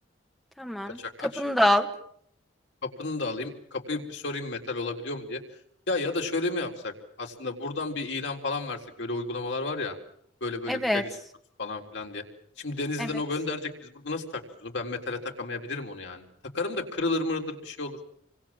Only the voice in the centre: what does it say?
Tamam.
Kapını da al.
Evet.
Evet.